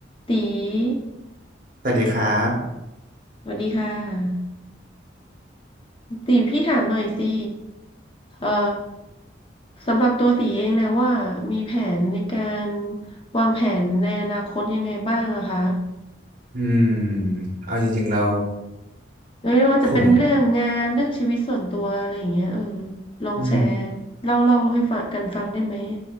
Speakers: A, on the left (about 30°); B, on the right (about 45°).
A: ตี
B: สวัสดีครับ
A: สวัสดีค่ะตีพี่ถามหน่อยสิเอ่อสำหรับตัวตีเองนะว่ามีแผนในการวางแผนในอนาคตยังไงบ้างอะคะ
B: อืมเอาจริงๆเรา
A: ไม่ว่าจะเป็นเรื่องงานเรื่องชีวิตส่วนตัวอะไรอย่างเงี้ยเออ
B: ผม
A: ลองแชร์เล่าเล่าให้ฟังกันฟังได้ไหม
B: อืม